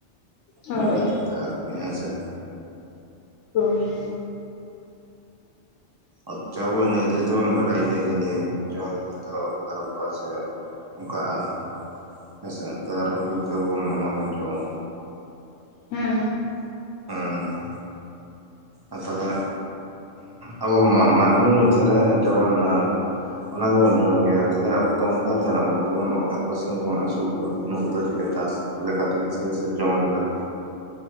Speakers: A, on the left; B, on the right.
A: ᱦᱳᱭ
B: ᱢᱤᱫ ᱠᱷᱟᱹᱛᱤᱨ ᱛᱮ ᱟᱨᱠᱤ ᱦᱮᱸ ᱥᱮ
A: ᱦᱚᱭ
B: ᱟᱪᱪᱷᱟ ᱟᱵᱚ ᱤᱱᱟᱹ ᱤᱫᱤ ᱠᱟᱛᱮᱜ ᱵᱚᱱ ᱵᱟᱲᱟᱭ ᱜᱮᱭᱟ ᱡᱮ ᱱᱤᱭᱟ ᱦᱮᱛᱚ ᱟᱫᱚ ᱠᱷᱟᱨᱟᱯᱚᱜ-ᱟ ᱥᱮ ᱚᱱᱠᱟᱜ-ᱟ ᱦᱮᱸᱥᱮ ᱛᱟᱸᱨᱮᱦᱚ ᱠᱤᱱᱛᱩ ᱟᱵᱚᱵᱚᱱ ᱱᱚᱣᱟ ᱵᱚᱱ ᱡᱚᱢᱟ
A: ᱦᱩᱸ
B: <unintelligible> ᱟ ᱛᱟᱦᱚᱞᱮ ᱟᱵᱚ ᱢᱟᱹᱱᱢᱤ ᱢᱚᱫᱽᱫᱷᱮᱨᱮ ᱡᱮᱢᱚᱱ ᱚᱱᱟ ᱜᱮᱵᱚᱱ ᱡᱚᱢ ᱜᱮᱭᱟ ᱛᱟᱦᱚᱞᱮ ᱟᱵᱚ ᱚᱱᱠᱟ ᱛᱟᱦᱮᱱᱟ ᱵᱚᱱᱟ ᱡᱮᱢᱚᱱ ᱚᱲᱟᱜ ᱠᱚᱨᱮ ᱥᱤᱢ ᱠᱚᱵᱚᱱ ᱟᱹᱥᱩᱞ ᱠᱚᱣᱟ ᱱᱩᱠᱩ ᱫᱚ ᱪᱮᱫᱠᱟ ᱪᱟᱥ ᱞᱮᱠᱟᱛᱮᱜᱮ ᱥᱮ ᱥᱮ ᱡᱚᱢ ᱞᱮᱠᱟᱛᱮ